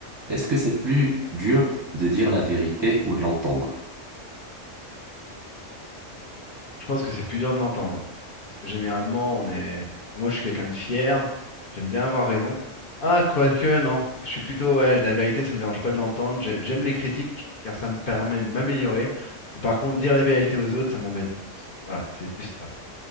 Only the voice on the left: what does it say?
Je pense que c'est plus dur de l'entendre. Parce que généralement, on est. enfin, moi, je suis quelqu'un de fier. J'aime bien avoir raison. Ah, quoique, non. Je suis plutôt. Ouais, la vérité, ça me dérange pas de l'entendre. J'ai- J'aime les critiques, car ça me permet de m'améliorer. Mais par contre, dire la vérité aux autres, ça m'embête plus. Voilà, c'est plus ça.